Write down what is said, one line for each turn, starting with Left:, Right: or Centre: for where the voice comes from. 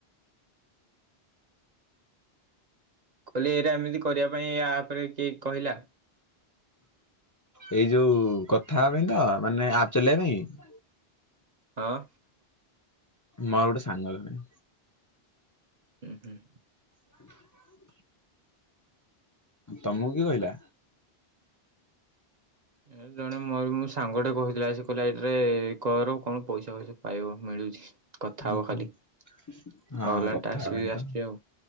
Right: କଇଲି ଏରା ଏମିତି କରିବା ପାଇଁ ଆପରେ କିଏ କହିଲା?
Left: ଏଇ ଯୋଉ କଥା ହବା ପାଇଁ ତ ମାନେ ଆପ ଚଲେଇବା ପାଇଁ?
Right: ହଁ।
Left: ମୋ ଗୋଟେ ସାଙ୍ଗ ଜଣେ।
Right: ହୁଁ ହୁଁ।
Left: ହ ତମୁକୁ କିଏ କଇଲା?
Right: ଏ ଜଣେ ମୋର ମୁ ସାଙ୍ଗଟେ କହୁଥିଲା ସିଏ କହିଲା ଏଇଟାରେ କର କଣ ପଇସା ଫଇସା ପାଇବ ମିଳୁଛି। କଥା
Left: ହୁଁ
Right: ହବ
Left: ହୁଁ
Right: ଖାଲି
Left: ହଁ
Right: ଆଉ ଅଲଗା
Left: କଥା
Right: ଟାସ୍କ
Left: ହେବା
Right: ବି
Left: ପାଇଁ
Right: ଆସୁଛି
Left: ତ।
Right: ଆଉ